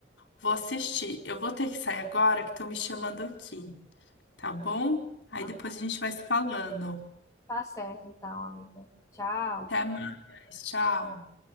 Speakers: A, on the left (about 70°); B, on the left (about 15°).
A: vou assistir. Eu vou ter que sair agora, que estão me chamando aqui, tá bom? Aí
B: Ah,
A: depois a gente vai se falando.
B: Tá certo então, amiga. Tchau.
A: Até mais. Tchau.